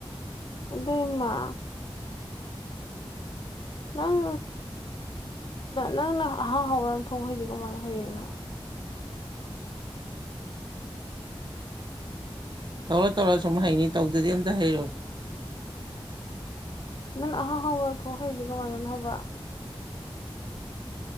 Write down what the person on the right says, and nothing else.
ꯇꯧꯔ ꯇꯧꯔ ꯁꯨꯝ ꯍꯥꯏꯩꯅꯤ ꯇꯧ ꯑꯗꯨꯗꯤ ꯑꯦꯝ ꯇ ꯍꯥꯏꯩꯔꯣ